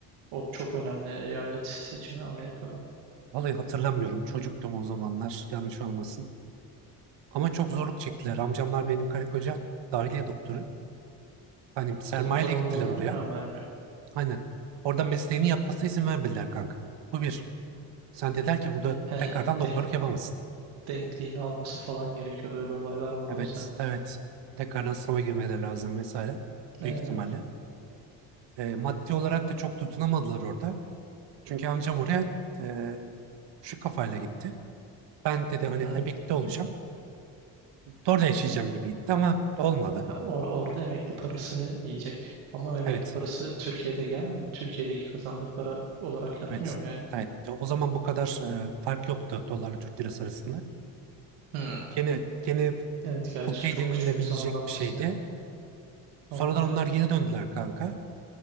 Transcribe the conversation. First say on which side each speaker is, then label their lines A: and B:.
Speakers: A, on the right (about 80°); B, on the right (about 65°).
A: O çok önemli eyalet seçimi Amerika'da.
B: Vallahi hatırlamıyorum çocuktum o zamanlar yanlış olmasın. Ama çok zorluk çektiler. Amcamlar benim karı koca dahiliye doktoru. Hani sermayeyle
A: Doktor olmalarına
B: gittiler oraya.
A: rağmen mi?
B: Aynen. Orada mesleğini yapmasına izin vermediler kanka. Bu bir. Sen dediler ki burada
A: He,
B: tekrardan doktorluk
A: denk,
B: yapamazsın.
A: denkliğini alması falan gerekiyordu. Öyle olaylar var
B: Evet,
A: o yüzden.
B: evet. Tekrardan sınava girmeleri lazım vesaire.
A: Ee,
B: Büyük
A: hı
B: ihtimalle. E, maddi olarak da çok tutunamadılar orada. Çünkü amcam oraya e, şu kafayla gitti. Ben dedi hani
A: hı.
B: emekli olacağım. Orada yaşayacağım gibi gitti ama olmadı.
A: Ha, or orada emekli parasını yiyecek. Ama emekli
B: Evet,
A: parası Türkiye'de gelmiyor mu? Türkiye'deki kazandığı para olarak yatmıyor
B: evet.
A: mu yani?
B: Evet. O zaman bu kadar e, fark yoktu dolarla Türk lirası arasında.
A: Hmm.
B: Gene, gene
A: Evet gerçi
B: okey
A: çok
B: denilebilecek
A: küçük bir zamandan
B: bir şeydi.
A: bahsediyor.
B: Sonradan
A: Anladım.
B: onlar geri döndüler kanka.